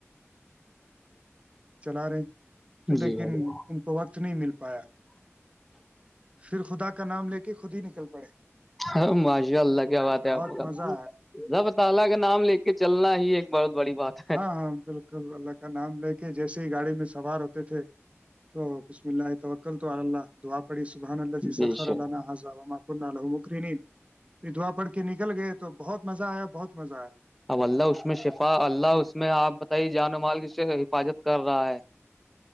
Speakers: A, on the right; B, in the centre.
A: <unintelligible> تو لیکن
B: جی بھائی
A: ان کو وقت نہیں مل پایا پھر خدا کا نام لے کے کہ خود ہی نکل پڑے
B: <unintelligible>
A: بہت مزہ آیا ہاں ہاں بالکل اللہ کا نام لے کے جیسے ہی گاڑی میں سوار ہوتے تھے تو خچش م ل آت ہو <unintelligible> ل تو اللہ دعا پڑی سبحان اللہیرلہ
B: بے شک
A: <unintelligible> پھر دھوا پڑھ کے نکل گئے تو بہت مزہ آیا بہت مزہ آیا
B: <inaudible>
A: تو